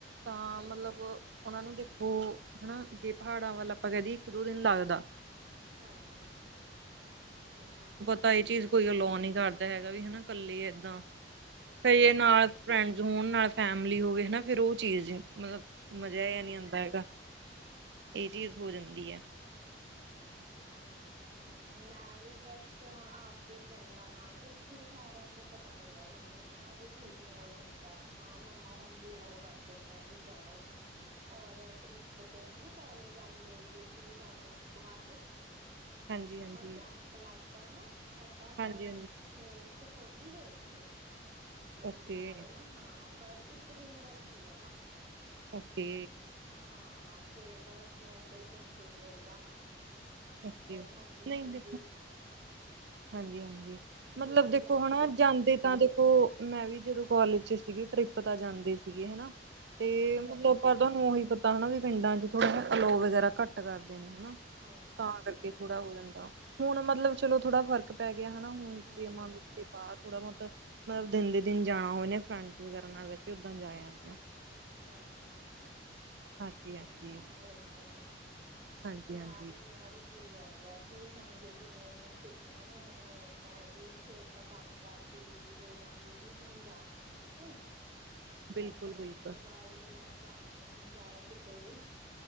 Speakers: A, on the right; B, on the right.
A: ਤਾਂ
B: ਸਹੀ
A: ਮਤਲਬ
B: ਗੱਲ
A: ਉਹਨਾਂ
B: ਆ
A: ਨੂੰ ਦੇਖੋ ਹੈਨਾ ਜੇ ਪਹਾੜਾਂ ਵੱਲ ਆਪਾਂ ਜਾਈਏ ਇੱਕ ਦੋ ਦਿਨ ਲੱਗਦਾ।
B: ਹਾਂ, ਹਾਂ ਹਾਂ ਇਹ ਤਾਂ ਹੈ
A: ਤਾਂ ਇਹ ਚੀਜ਼ ਕੋਈ ਅਲੋ ਨੀ ਕਰਦਾ ਹੈਗਾ ਵੀ ਹੈਨਾ ਕੱਲੇ ਏਦਾਂ ਫੇ
B: ਹਾਂਜੀ
A: ਨਾਲ
B: ਇਹ ਤਾਂ
A: ਫਰੈਂਡ ਜੇ ਹੁਣ ਨਾਲ ਫੈਮਿਲੀ ਹੋਵੇ ਹੈਨਾ। ਫਿਰ ਉਹ ਚੀਜ਼ ਮਤਲਬ ਮਜ਼ਾ ਜਿਆ
B: ਹਾਂਜੀ
A: ਨਹੀਂ ਆਂਦਾ ਹੈਗਾ ਇਹ ਚੀਜ਼ ਹੋ ਜਾਂਦੀ ਆ।
B: ਹਮ ਹ ਮੈਂ ਵੀ ਬਸ ਆਪ ਫਰੈਂਡਾਂ ਨਾਲ ਇੱਥੇ ਸ਼ਹਿਰਾਂ ਚ ਤਾਂ ਪਤਾ ਹੀ ਆ ਤੁਹਾਨੂੰ ਹੈਨਾ ਵੀ ਠੀਕ ਮਾਹੋਲ ਹੁੰਦ ਹਾਂ ਮੰਮਾ ਹੁਣ ਵੀ ਅਲਾਓ ਕਰ ਦਿੰਨੇ ਆ ਵੀ ਜਾ ਆਇਓ ਹੈ ਔਰ ਟ੍ਰਿਪ ਤੇ ਹੈਨਾ ਕੋਲਜ ਆਲੇ ਲੇ ਗਏ ਸੀ ਸਾਨੂੰ ਇੱਕ ਵਾਰ
A: ਹਾਂਜੀ-ਹਾਂਜੀ,
B: ਔਰ ਕੈਂਪ ਲੱਗਦਾ ਹੈ ਨਾ ਸਾਡਾ
A: ਹਾਂਜੀ-ਹਾਂਜੀ,
B: ਤਾਂ ੳਹ ਉਥੇ, ਕਸੋਲੀ ਗਏ ਸੀ ਅਸੀਂ
A: ਓਕੇ-ਓਕੇ,
B: ਸਾਰੇ ਨਾ। ਹਾਂ ਪਰ ਇੱਕ ਦਿਨ ਦਾ ਹੀ ਸੀ ੳਹ ਤਾਂ।
A: ਓਕੇ।
B: ਹਾਂ, ਫੇਰ ਬਸ ਏਦਾਂ ਹੀ ਘੁੰਮ ਫਿਰ ਲਈ ਦਾ।
A: ਓਕੇ
B: ਹੋਰ
A: ਓਕੇ
B: ਮੰਮੀ
A: ਨਹੀਂ
B: ਹੁਣ
A: ਦੇਖੋ
B: ਵੀ
A: ਹਾਂਜੀ, ਹਾਂਜੀ ਮਤਲਬ
B: ਜੇ ਕੋਈ
A: ਦੇਖੋ
B: ਆ
A: ਹੁਣ
B: ਗਿਆ
A: ਜਾਂਦੇ
B: ਹੋਏ
A: ਤਾਂ ਦੇਖੋ ੳਹ ਮੈਂ ਵੀ ਜਦੋਂ ਕਾਲਜ ਚ ਸੀਗੀ ਟ੍ਰਿਪ ਤਾਂ ਜਾਂਦੇ ਸੀਗੇ ਹੈਨਾ ਤੇ
B: ਹਾਂ ਹਾਂ
A: ਮਤਲਬ ਪਰ ਤੁਹਾਨੂੰ ਉਹੀ ਪਤਾ ਹੈਨਾ ਵੀ ਪਿੰਡਾਂ ਚ ਥੋੜ੍ਹਾ ਜਿਹਾ ਅਲੋਓ ਵਗੈਰਾ ਘੱਟ ਕਰਦੇ ਨੇ ਹੈਨਾ।
B: ਹਾਂਜੀ
A: ਤਾਂ
B: ਇਹ
A: ਕਰਕੇ ਥੋੜਾ
B: ਹੈ
A: ਹੋ ਜਾਂਦਾ। ਹੁਣ ਮਤਲਬ ਚਲੋ ਥੋੜਾ ਫ਼ਰਕ ਪੈ ਗਿਆ ਹੈਣਾ, ਹੁਣ
B: ਹਮ
A: ਜੇ
B: ਹਮ
A: ਬਾਅਦ ਥੋੜਾ ਬਹੁਤ ਮਤਲਬ, ਦਿਨ ਦੇ ਦਿਨ ਜਾਣਾ ਹੋਏ ਨੇ ਫਰੈਂਡਸ ਵਗੈਰਾ ਨਾਲ, ਵੈਸੇ ਉੱਦਾਂ ਜਾ ਜਾਂਨੇ ਆ।
B: ਹਾਂ, ਹਾਂ।
A: ਹਾਂਜੀ ਹਾਂਜੀ
B: ਚਲੋ ਵਧੀਆ,
A: ਹਾਂਜੀ
B: ਮੈਂ
A: ਹਾਂਜੀ
B: ਵੀ ਮੇਰਾ ਵੀ ਜੀ ਕਰ ਰਿਹਾ ਸੀ ਹੁਣ ਕਿਉਂਕਿ ਮੈਨੂੰ ਛੁੱਟੀਆਂ ਨੇ, ਮੈਨੂੰ ਏਦਾਂ ਹੈ ਵੀ ਫੇਰ ਤਾਂ ਕੰਮ ਕਰ ਬਿਜੀ ਹੋ ਜਾਂਗੀ, ਵੀ ਹੁਣ ਜਾ ਆਂਵਾ ਮੈਂ ਕਿਤੇ
A: <inaudible> ਬਿਲਕੁਲ
B: ਪਰ ਗਰਮੀ
A: ਬਿਲਕੁਲ
B: ਵਾਲੀ ਹੈ, ਜਾਇਆ ਹੀ ਨਹੀਂ ਜਾ ਰਿਹਾ ਕਿਤੇ ਵੀ।